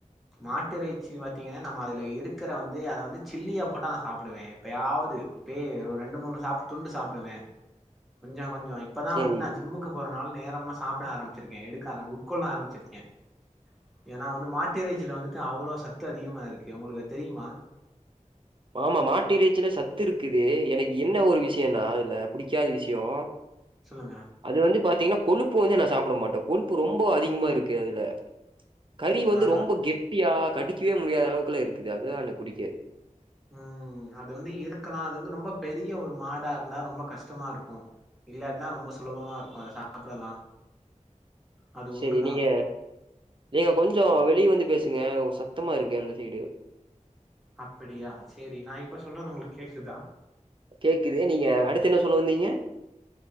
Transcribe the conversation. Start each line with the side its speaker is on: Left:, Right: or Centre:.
Centre: மாட்டு இறைச்சின் பாத்தீங்ன்னா நம்ம அதுல இருக்குற வந்து அத வந்து சில்லியா போட்டா நா சாப்டுவே எப்பயாவ்து இப்பயே ரெண்டு மூணு சாப் துண்டு சாப்பிடுவே கொஞ்சோ கொஞ்சோ இப்பதா
Right: செரி
Centre: வந்து நா ஜிம்முக்கு போற நாள நேரமா சாப்ட ஆரம்பிச்சிருக்கேன் எடுக்க ஆர உட்கொள்ள ஆரம்பிச்சிருக்கேன் ஏ வந்து மாற்றி மட்டறைச்சில வந்துட்டு அவ்ளோ சத்து அதிகமா இருக்கு உங்களுக்கு அது தெரியுமா
Right: ஆமா மாட்டு இறைச்சில சத்து இருக்குது எனக்கு என்ன ஒரு விஷ்யோன்னா இதுல புடிக்காத விஷ்யோ
Centre: சொல்லுங்க
Right: அது வந்து பாத்தீங்கன்னா கொழுப்பு வந்து நா சாப்ட மாட்டே கொழுப்பு ரொம்ப க அதிகமாருக்கு அதுல கறி வந்து
Centre: ஆ
Right: ரொம்ப கெட்டியா கடிக்கவே முடியாத அளவுக்கெல்லா இருக்குது அதுதான் எனக்கு புடிக்காது
Centre: உம் அது வந்து இருக்கலா அது வந்து ரொம்ப பெரிய ஒரு மாடா இருந்தா ரொம்ப கஷ்டமாருக்கு இல்லாட்டன்னா ரொம்ப சுலபமாருக்கும் அத சாப்டலா அது
Right: செரி
Centre: ஒண்ணுதா
Right: நீங்க நீங்க கொஞ்சோ வெளிய வந்து பேசுங்க உங் சத்தமாருக்கு அந்த சைடு
Centre: அப்டியா செரி நா இப்ப சொல்றது உங்களுக்கு கேக்குதா
Right: கேக்குது நீங்க அடுத்து என்ன சொல்ல வந்தீங்க